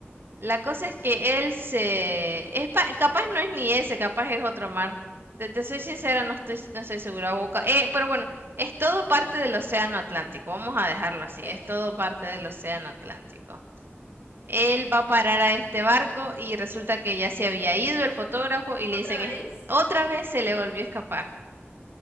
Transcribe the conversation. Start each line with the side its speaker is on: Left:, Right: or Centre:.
Right: La cosa es que él se... Es pa- Capaz no es ni ese, capaz es otro mar. Te, te soy sincera, no estoy, no estoy segura. o ca- eh, pero bueno, es todo parte del Océano Atlántico. Vamos a dejarlo
Left: Ok.
Right: así. Es todo parte del Océano Atlántico. Él va a parar a este barco y resulta que ya se había ido el fotógrafo y le
Left: ¿Otra
Right: dicen,
Left: vez?
Right: "Es- otra vez se le volvió a escapar.